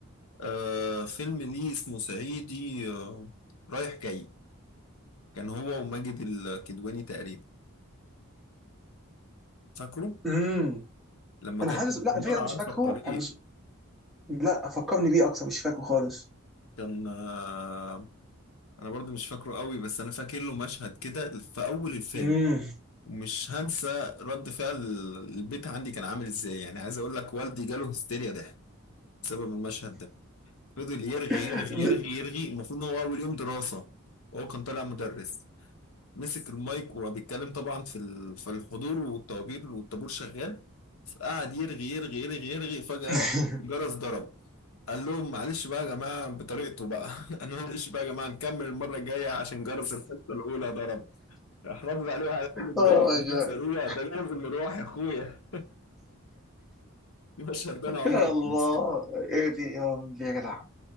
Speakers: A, on the left; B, in the centre.
A: آه فيلم ليه اسمه صعيدي آه رايح جاي كان هو وماجد الكدواني تقريبا فاكره
B: امم
A: لما
B: انا
A: كانت
B: حاسس
A: الحمارة
B: لا الفكره انا
A: عارفة
B: مش فاكره
A: الطريق
B: انا مش لا فكرني بيه اكتر مش فاكره خالص
A: كان آه انا برضو مش فاكره قوي بس انا فاكر له مشهد كده في اول الفيلم
B: امم
A: ومش هنسى رد فعل البيت عندي كان عامل ازاي يعني عايز اقول لك والدي جاله هستيريا ضحك بسبب المشهد ده فضل يرغي
B: <laughs>
A: يرغي
B: بد
A: يرغي يرغي المفروض ان هو اول يوم دراسة هو كان طالع مدرس مسك المايك وهو بيتكلم طبعا في ال- في الحضور والطوابير والطابور شغال فقعد يرغي يرغي يرغي يرغي فجأة
B: <laughs>
A: الجرس ضرب قال لهم معلش بقى يا جماعة بطريقته بقى <laughs> انا معلش بقى يا جماعة نكمل المرة الجاية عشان جرس الحصة الأولى ضرب راح رد عليه وقال له ده
B: اوه
A: جرس
B: ماي جاد
A: الحصة الأولى
B: <laughs>
A: ده جرس المروح يا أخويا <laughs> المشهد ده أنا عمري
B: يا
A: ما
B: الله
A: أنساه.
B: ايه دي يا ربي يا جدع